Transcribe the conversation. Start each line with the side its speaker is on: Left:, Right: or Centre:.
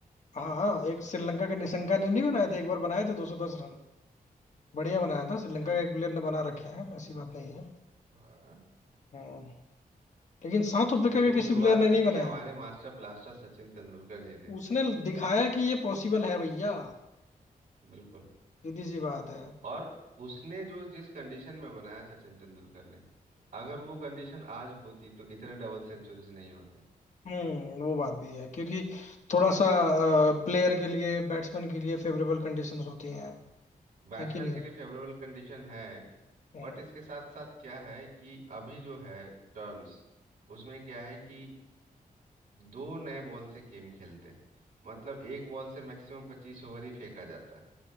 Left: हाँ हाँ एक श्रीलंका के निशंका ने नहीं बनाए थे एक बार बनाए थे 210 रन बढ़िया बनाया था श्रीलंका
Right: अरे
Left: के एक प्लेयर ने बना रखे हैं ऐसी बात नहीं है
Right: वाह
Left: हम्म लेकिन साउथ अफ्रीका
Right: लेकिन
Left: के किसी
Right: शुरुआत
Left: प्लेयर ने
Right: तो
Left: नहीं
Right: की
Left: बनाया
Right: हमारे मास्टर ब्लास्टर सचिन तेंदुलकर जी ने
Left: उसने दिखाया कि ये पॉसिबल है भैया
Right: बिल्कुल
Left: सीधी सी बात है
Right: और उसने जो जिस कंडीशन में बनाया सचिन तेंदुलकर ने अगर वो कंडीशन आज होती तो इतने डबल सेंचुरीज नहीं होते
Left: हम्म वो बात भी है क्योंकि थोड़ा सा प्लेयर के लिए बैट्समैन के लिए फेवरेबल कंडीशंस होती हैं
Right: बैट्समैन
Left: है कि नहीं
Right: के लिए फेवरेबल कंडीशन है
Left: हम्म
Right: बट इसके साथ साथ क्या है कि अभी जो है टर्म्स उसमें क्या है कि दो नए बॉल से गेम खेलते हैं मतलब एक बॉल से मैक्सिमम पच्चीस ओवर ही फेंका जाता है